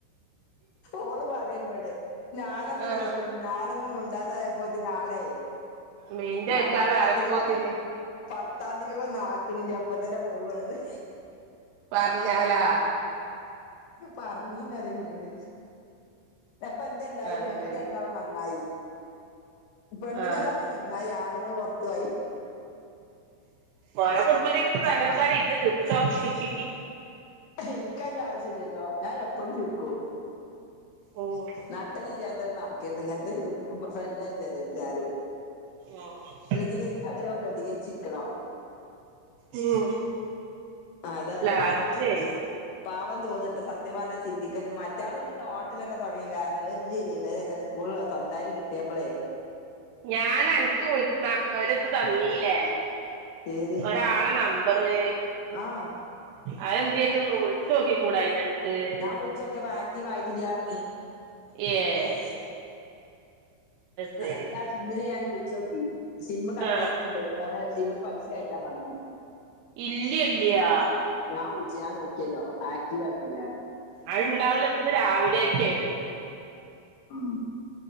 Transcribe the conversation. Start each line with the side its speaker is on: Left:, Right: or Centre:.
Left: ഓള് പറയ എന്നേട് ഞാനന്ന്
Right: ആ
Left: ഞാനൊന്നും മുണ്ടാതായപ്പോത്തിന് ആളെ
Right: മീന്റെ
Left: ഞാൻ
Right: വെക്കാതെ
Left: പത്താം
Right: ആയപ്പോത്തിന്
Left: തിക്ക പത്താന്തിക്കൊക്കെ ഒന്ന ആക്കണില്ല അപ്പ തന്നെ പോവണന്ന്
Right: പറഞ്ഞാലാ
Left: പറഞ്ഞീന്ന് അറി എന്നോട് അപ്പൊ എന്തണ്ടായി
Right: അത്
Left: ഞങ്ങൾ
Right: ശരി
Left: രണ്ടാളും നന്നായി പെണ്ണുങ്ങൾ
Right: ആഹ്
Left: നമ്മ നന്നായി ആളുങ്ങൾ പുറത്തു ആയി
Right: വേറെ കുടുംബജീവി വേനക്കാെ ഇന്ന് ചുക്ഷിക്ക <unintelligible>
Left: എനിക്ക അതിന്റെ ആവശ്യ ഇല്ലല്ലോ ഞാൻ എപ്പോഴും ചിർക്കും
Right: ഓ ഉം
Left: നട്ടല്ല്ഇല്ലാത്ത നടക്കരുത് ഇങ്ങനത്തെ എവിടുക്കുമ്പ ഫ്രണ്ട് തരരുത് ആരോ
Right: ആഹ്
Left: പ്രതികരിക്കാൻ വരോ പ്രതികരിച്ചിരിക്കണോ
Right: ഉം
Left: അതായാലോ
Right: ലാസ്റ്റേ
Left: എനിക്ക് പാവം തോന്നട്ടെ സത്യം പറഞ്ഞാ ചിന്തിക്കല മറ്റാള പിന്നെ ഹോട്ടലൊക്കെ തുടങ്ങി കാരണം ഇവര് നിലയുള്ള സ്കൂള് സ്വന്തമായിട്ട് കിട്ടിയപ്പോളേ
Right: ഞാൻ അനക്ക് വിളുന്ന ഒരിത് തന്നീല്ലേ
Left: ഏത്
Right: ഒരാളെ ന മ്പറ്
Left: ആഹ്
Right: അതെന്ത് ചച്ച ഒന്ന് വിളിച്ചു നോക്കി കൂടായോ നിനക്ക്
Left: ഞാൻ വിളിച്ചൊക്കെ അക്ടിവ് ആയിട്ടില്ല എന്ന് പറഞ്ഞ്
Right: ഏഹ് ശരി
Left: എല്ലാ സിമ്മിലെ ഞാൻ വിളിച്ചു നോക്കി സിമ്മ് കട്ട്
Right: ആ
Left: അയക്കണ തോന്നുന്നു അന്ന് സിമ്മിൽ പൈസ കയറ്റാൻ പറഞ്ഞോണ്ട്
Right: ഇല്ല ഇല്ലയ
Left: ഞാൻ വിളിച്ചു ഞാൻ നോക്കിയല്ലോ ആക്റ്റീവ് ആയിട്ടില്ല
Right: ആയിട്ടുണ്ടാവില്ല ഇന്ന് രാവിലെ ചെയ്യണെ
Left: ഉം